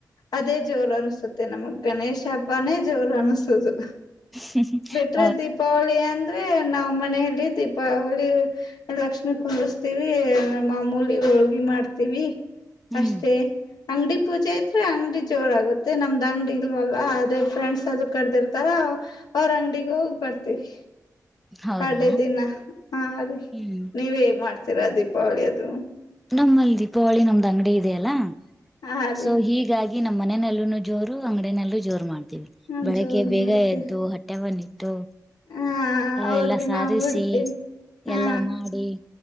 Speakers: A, on the left (about 80°); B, in the centre.
A: ಅದೇ ಜೋರು ಅನ್ಸುತ್ತೆ ನಮಗ್ ಗಣೇಶ ಹಬ್ಬಾನೇ ಜೋರು ಅನಸುದು
B: ಹ್ಮ್ಮ
A: ದಸರಾ ದೀಪಾವಳಿಯಂದು ನಾವ್ ಮನೆಯಲ್ಲಿ ದೀಪಾವಳಿ ಲಕ್ಷ್ಮಿ ಕುಂದಿಸತೀವಿ ಮಾಮೂಲಿ ಹೋಳ್ಗಿ ಮಾಡ್ತೀವಿ
B: ಹ್ಮ್
A: ಅಷ್ಟೇ ಅಂಗಡಿ ಪೂಜೆ ಐ್ರೆ <unintelligible> ಅಂಗಡಿ ಜೋರ ಆಗುತ್ತೆ ನಮ್ದ್ ಅಂಗಡಿ ಇಲ್ವಲ್ವಾ ಅದೇ ಫ್ರೆಂಡ್ಸ್ ಅದು ಕಡದಿರ್ತಾರ ಅವ್ರ ಅಂಗಡಿ ಹೋಗ್ ಬರ್ತೀವಿ
B: ಹೌದಾ
A: ಪಡೇ ದಿನ ಹರಿ
B: ಹ್ಮ್
A: ನೀವ್ ಹೇಗ್ ಮಾಡ್ತೀರಾ ದೀಪ್ ಪಾಳಿ ಅದು
B: ನಮ್ಮಲ್ಲಿ ದೀಪಾವಳಿ ನಮ್ದ್ ಅಂಗಡಿ ಇದೆಯಲ್ಲಾ
A: ಹಾ ರೀ
B: ಸೊ ಹೀಗಾಗಿ ನಾ ನ ಮನಲ್ಲೂ ಜೋರು ಅಂಗಡಿನಲ್ಲೂ ಜೋರ್ ಮಾಡಿ
A: ನಾನ್
B: ಬೆಳಿಗ್ಗೆ
A: ಜೋರ್
B: ಬೇಗ
A: ಮಾಡ್ತೆ
B: ಎದ್ದು ಹೊಟ್ಟೆ ಬನ್ನಿ ತ
A: ಹಾ
B: ಅ
A: ಹೌದ್ರಿ
B: ಎಲ್ಲ ಸಾರಿಸಿ
A: ನಾವು ಉಡ್ತೀವಿ ಹಾ
B: ಎಲ್ಲಾ ಮಾಡಿ